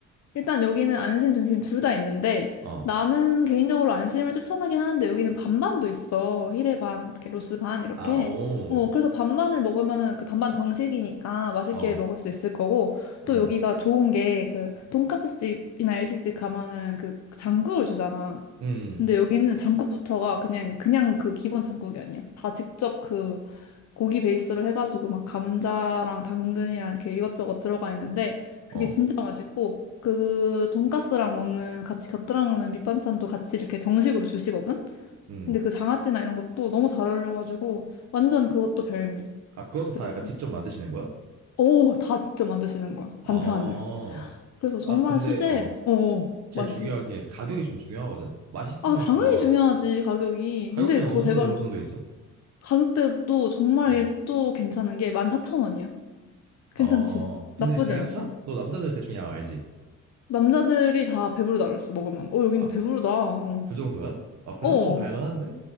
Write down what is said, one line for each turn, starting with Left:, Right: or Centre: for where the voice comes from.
Left: 일단 여기는 안심, 등심 둘 다 있는데
Right: 어,
Left: 나는 개인적으로 안심을 추천하긴 하는데 여기는 반반도 있어. 히레 반, 이렇게 로스 반 이렇게.
Right: 아, 오,
Left: 어, 그래서 반반을 먹으면은 그 반반 정식이니까 맛있게
Right: 어,
Left: 먹을 수 있을 거고 또
Right: 음,
Left: 여기가 좋은 게 그 돈까스 집이나 일식집 가면은 그 장국을 주잖아.
Right: 음,
Left: 근데 여기는 장국부터가 그냥 그냥 그 기본 장국이 아니야. 다 직접 그 고기 베이스로 해가지고 막 감자랑 당근이랑 이렇게 이것저것 들어가 있는데 그게
Right: 어,
Left: 진짜 맛있고 그 돈가스랑 먹는 같이 곁들여 먹는 밑반찬도 같이 이렇게 정식으로 주시거든.
Right: 음.
Left: 근데 그 장아찌나 이런 것도 너무 잘 어울려가지고 완전 그것도 별미.
Right: 아, 그것도 다
Left: 그래서
Right: 약간
Left: 진-
Right: 직접 만드시는 거야?
Left: 오, 다 진짜 만드시는 거야 반찬을.
Right: 어,
Left: 그래서 정말
Right: 아, 근데,
Left: 수제.
Right: 어,
Left: 어, 어,
Right: 제일
Left: 맛있어,
Right: 중요한
Left: 맛있어.
Right: 게 가격이 좀 중요하거든? 맛있으면
Left: 아, 당연히
Right: 좋아.
Left: 중요하지, 가격이.
Right: 가격대는
Left: 근데 더
Right: 어느 정도로
Left: 대박.
Right: 형성돼 있어?
Left: 가격대도 정말
Right: 어,
Left: 얘또 괜찮은 게 14,000원이야.
Right: 어,
Left: 괜찮지?
Right: 근데
Left: 나쁘지
Right: 배가
Left: 않지?
Right: 차? 너 남자들 대충 양 알지?
Left: 남자들이 다 배부르다 그랬어, 먹으면. 어, 여긴
Right: 아,
Left: 배부르다. 어,
Right: 그 정도야? 아, 그
Left: 어,
Right: 정도면 갈만한데?